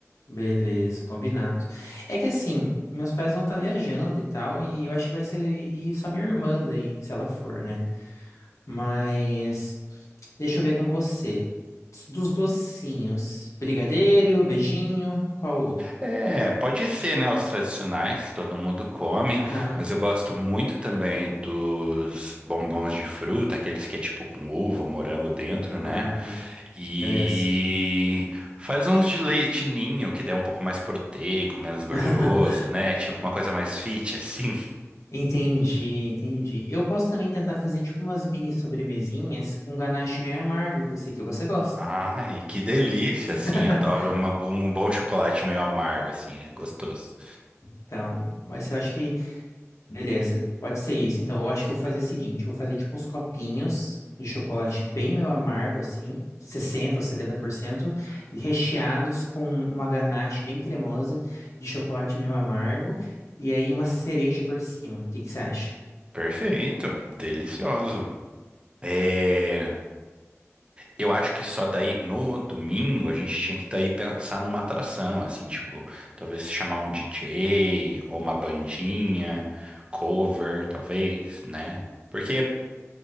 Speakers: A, on the left; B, on the right.
A: Beleza, combinado. É que assim, meus pais vão estar viajando e tal, e eu acho que vai ser e só minha irmã daí, se ela for, né? Mas deixa eu ver com você. Dos docinhos, brigadeiro, beijinho, qual outro?
B: É, pode ser, né, os tradicionais que todo mundo come,
A: Aham.
B: mas eu gosto muito também dos bombons de fruta, aqueles que é tipo com uva ou morango dentro,
A: Ah,
B: né? E
A: beleza.
B: faz uns de leite ninho, que daí é um pouco mais proteico, menos gorduroso,
A: <laughs>
B: né? Tipo uma coisa mais fit, assim.
A: Entendi, entendi. Eu posso também tentar fazer tipo umas mini sobremesinhas com ganache meio amargo, que eu sei que você gosta.
B: Ai, que delícia,
A: <laughs>
B: assim, adoro uma- um bom chocolate meio amargo, assim, é gostoso.
A: Então, mas eu acho que, beleza, pode ser isso. Então, eu acho que eu vou fazer o seguinte, eu vou fazer tipo uns copinhos de chocolate bem meio amargo, assim, 60 ou 70%, e recheados com uma ganache bem cremosa de chocolate meio amargo, e aí uma cereja por cima. O que que você acha?
B: Perfeito, delicioso. É. Eu acho que só daí no domingo a gente tinha que daí pensar numa atração, assim, tipo, talvez chamar um DJ ou uma bandinha, cover, talvez, né? Porque